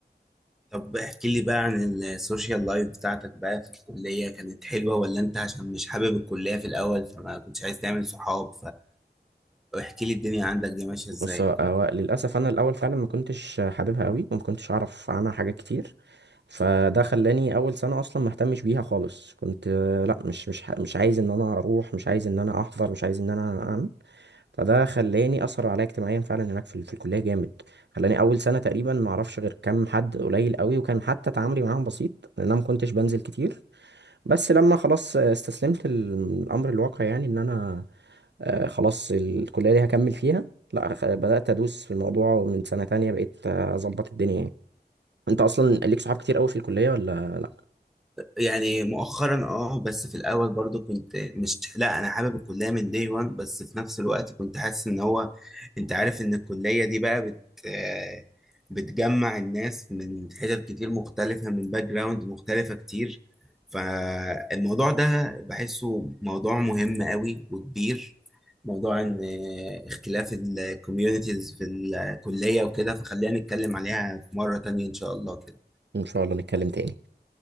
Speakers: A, in the centre; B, on the right.
A: طب احكي لي بقى عن السوشيال لايف بتاعتك بقى في الكليه كانت حلوه ولا انت عشان مش حابب الكليه في الاول فما كنتش عايز تعمل صحاب فاحكي لي الدنيا عندك دي ماشيه ازاي
B: بص هو هو للأسف أنا الأول فعلا ما كنتش حاببها قوي وما كنتش أعرف عنها حاجات كتير فده خلاني أول سنة أصلا ما اهتمش بيها خالص كنت آه، لا مش مش ح- مش عايز إن أنا أروح مش عايز إن أنا أحضر مش عايز إن أنا أعمل فده خلاني أثر عليا اجتماعيا فعلا هناك في, ال- في الكلية جامد خلاني أول سنة تقريبا ما أعرفش غير كام حد قليل قوي وكان حتى تعاملي معاهم بسيط لأن أنا ما كنتش بنزل كتير بس لما خلاص استسلمت الامر الواقع يعني ان انا آه، خلاص الكلية دي هكمل فيها لا خ- بدأت ادوس في الموضوع ومن سنة تانية بقيت آه، اظبط الدنيا يعني انت اصلا ليك صحاب كتير قوي في الكلية ولا لا
A: يعني مؤخرا اه بس في الاول برضو كنت مش لا انا حابب الكليه من دي وان بس في نفس الوقت كنت حاسس ان هو انت عارف ان الكليه دي بقى بت آه، بتجمع الناس من حتت كتير مختلفه من باك جراوند مختلفه كتير فالموضوع ده بحسه موضوع مهم قوي وكبير موضوع ان آه، اختلاف الكوميونيتيز في الكليه وكده فخلينا نتكلم عليها في مره تانية ان شاء الله كده ان
B: ان شاء الله نتكلم تاني